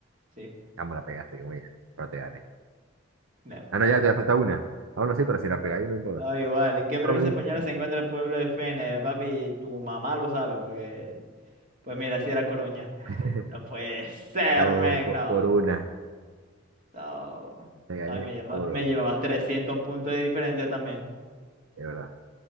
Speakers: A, on the right (about 40°); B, on the right (about 80°).
A: Sí.
B: Chamo, la pegaste, que muy Pero te gané.
A: Demonio.
B: Ah, no, ya, te falta una. Ah, no, sí, pero si la pegáis, no importa.
A: Da igual. ¿En
B: ¿En
A: qué
B: ¿Qué provincia?
A: provincia española se encuentra el pueblo de Fene? Papi, tu mamá lo sabe, porque. Pues mira, si era Coruña.
B: <laughs>
A: No puede ser,
B: Chavo,
A: men,
B: por,
A: no.
B: por una.
A: No,
B: Te gané
A: no y me lleva-
B: por
A: me
B: una.
A: llevabas 300 puntos de diferencia también.
B: De verdad.